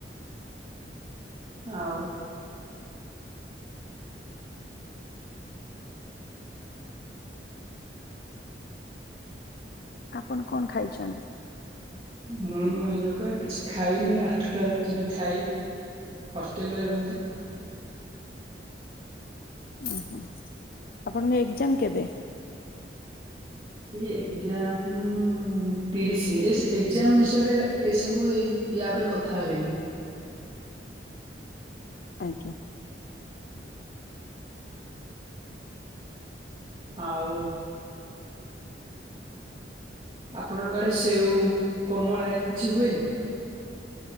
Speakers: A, on the right; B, on the left.
A: ଆଉ।
B: ଆପଣ କଣ ଖାଇଛନ୍ତି?
A: ମୁଁ ଏଇନୁକା କିଛି ଖାଇନି ଆଠଟାରେ ଯିବି ଖାଇ। ହଷ୍ଟେଲରେ ରହୁଛି ବା
B: ଅ ହୋ ଆପଣଙ୍କ ଏକ୍ଜାମ କେବେ?
A: ଏଜାମ ତିରିଶରେ ଏ ଏକ୍ଜାମ ବିଷୟରେଏରା ଏସବୁ ଏ ୟା ତାପରେ କଥା ହେବେନି।
B: ଆଜ୍ଞା।
A: ଆଉ। ଆପଣଙ୍କ ଆଡେ ସେଉ କମଳା ଏରା କିଛି ହୁଏନି।